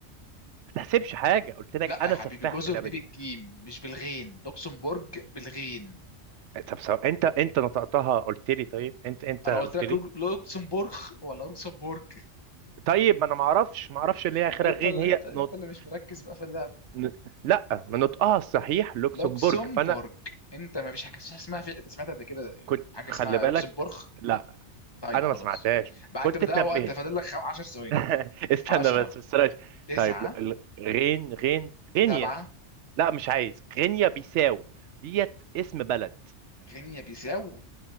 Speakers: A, on the right (about 75°); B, on the left (about 25°).
A: ما تحسبش حاجه قلت لك
B: لا
A: انا
B: يا حبيبي
A: سفاح
B: جزر
A: في اللعبه
B: دي
A: دي
B: بالجيم مش بالغين لوكسمبورج بالغين
A: طب سواء انت انت نطقتها قلت لي طيب انت انت
B: انا
A: قلت
B: قلت لك
A: لي
B: روج- لوكسمبورغ ولا لوكسمبورج
A: طيب ما انا ما اعرفش ما اعرفش اللي
B: <laughs>
A: هي اخرها
B: انت
A: غين
B: اللي
A: هي
B: انت انت
A: نط...
B: اللي مش مركز بقى في اللعب
A: ن... لا ما نطقها الصحيح لوكسمبورج
B: لوكسمبورج
A: فانا
B: انت ما فيش حاجه اسمها في... انت سمعت قبل كده
A: كنت
B: حاجه
A: خلي
B: اسمها
A: بالك
B: لوكسمبورغ
A: لا
B: طيب
A: انا ما
B: خلاص
A: سمعتهاش
B: بقى
A: كنت
B: انت بتضيع
A: تنبهني
B: وقت فاضل لك 10 ثواني
A: <laughs> استنى
B: 10
A: بس بس بلاش.
B: 9
A: طيب ال- غين غين غينيا
B: سبعة
A: لا مش عايز غينيا بيساو ديت اسم بلد
B: غينيا بيساو